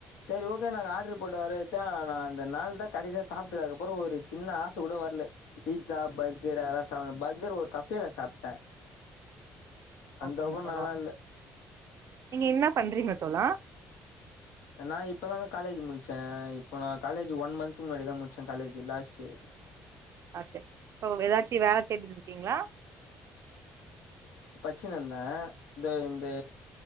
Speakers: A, on the left; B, on the right.
A: சேரி ஓகே நாங்க ஆட்ரு போட்டு வர வச்சா நா அந்த நாள் தா கடைசா சாப்டது அதுக்கப்றொ ‌ஒரு சின்ன ஆச கூட வர்ல பீ்ட்ஸா பர்கர் அதல்லா சாப்புனு பர்கர் ஒரு கஃபேல சாப்டே அந்தவுக்கு
B: ஓகேங்க தோழா
A: நல்லா இல்ல
B: நீங்க என்ன பண்றீங்க தோழா
A: நா இப்பதாங்க காலேஜு முடிச்சே இப்போ நா காலேஜு ஒன் மந்த்து முன்னாடிதா முடிச்சே காலேஜு லாஸ்ட் இயரு
B: ஆ சே இப்போ எதாச்சு வேல தேடிட்ருக்கீங்ளா?
A: ச்சுனுந்தே இந்த இந்தே